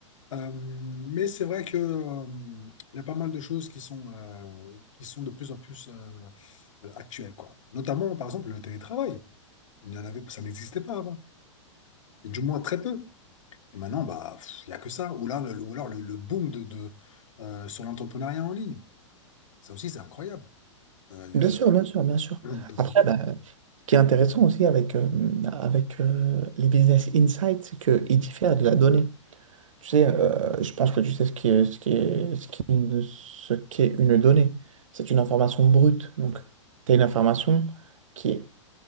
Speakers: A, on the left; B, on the right.
A: Euh, mais c'est vrai que, euh, il y a pas mal de choses qui sont, euh, qui sont de plus en plus euh, actuelles, quoi. Notamment, par exemple, le télétravail. Il n'y en avait, ça n'existait pas avant. Et du moins très peu. Et maintenant, bah, pff, il n'y a que ça. Ou là, le, ou alors le, le boom de, de, euh, sur l'entrepreneuriat en ligne. Ça aussi, c'est incroyable. Euh, il
B: Bien
A: y a-
B: sûr, bien sûr, bien sûr.
A: <clears throat> peu
B: Après,
A: qu'on fait.
B: bah, ce qui est intéressant aussi avec, euh, avec euh, les business insights, c'est qu'ils diffèrent de la donnée. Tu sais, euh, je pense que tu sais ce qui est, ce qui est, ce qui est une, ce qu'est une donnée. C'est une information brute. Donc, tu as une information qui est